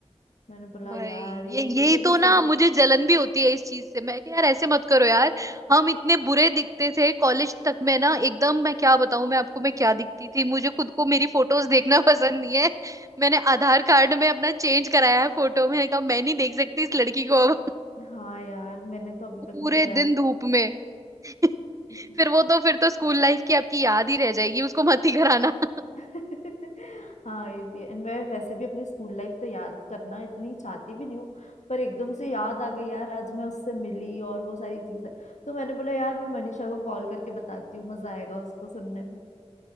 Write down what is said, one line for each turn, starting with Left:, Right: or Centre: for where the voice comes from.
Left: मैंने बोला
Right: भाई
Left: यार ये
Right: ये
Left: भी
Right: यही
Left: ये भी
Right: तो
Left: सही
Right: ना
Left: है
Right: मुझे जलन भी होती है इस चीज से मैं कहा, यार ऐसे मत करो यार हम इतने बुरे दिखते थे कॉलेज तक में ना एकदम मैं क्या बताऊं मैं आपको मैं क्या दिखती थी मुझे खुद को मेरी फोटोज देखना <laughs> पसंद नहीं है मैंने आधार कार्ड में अपना चेंज कराया है फोटो मैंने कहा मैं नहीं देख सकती इस लड़की को अब <laughs>
Left: <laughs> हाँ यार मैंने तो अभी तक
Right: पूरे
Left: नहीं करा
Right: दिन धूप में <laughs>
Left: है
Right: फिर वो तो फिर तो स्कूल लाइफ की आपकी याद ही रह जाएगी उसको मत ही कराना <laughs>
Left: <laughs> हाँ ये भी है And मैं वैसे भी अपनी स्कूल लाइफ तो याद करना इतनी चाहती भी नहीं हूँ पर एकदम से याद आ गई यार आज मैं उससे मिली और वो सारी चीजें तो मैंने बोला यार मैं मनीषा को कॉल करके बताती हूँ मजा आएगा उसको सुनने में